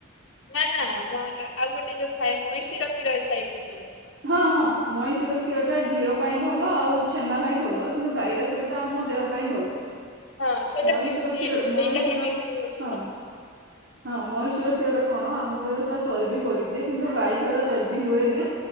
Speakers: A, on the left; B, on the right.
A: ନା ନା ମ ଆଉ ଗୋଟେ ଯୋଉ ଥାଏ ମଇଁଷିର କ୍ଷୀର ଏ ସାଇଟ୍ ରେ ମିଳେ।
B: ହଁ ହଁ ମଇଁଷିର କ୍ଷୀରଟା ଘିଅ ପାଇଁ ଭଲ ଆଉ ଛେନା ପାଇଁ ଭଲ କିନ୍ତୁ ଗାଈର କ୍ଷୀର ଟା ଆମ ଦେହ ପାଇଁ ଭଲ
A: ହଁ ସେଇଟା
B: ମଇଁଷିର
A: ମିଳୁନି
B: କ୍ଷୀର
A: ଏଠି
B: ମଇଁଷିର
A: ସେଇଟା ହିଁ ବିକ୍ରି ହଉଛି
B: ହଁ।
A: ଖାଲି
B: ହଁ ମଇଁଶି ର କ୍ଷୀର ଟା କଣ ଆମ ଦେହରେ ସେଟା ଚର୍ବି କରିଦିଏ କିନ୍ତୁ ଗାଈ ଖିର ଟା ଚର୍ବି ହୁଏନି।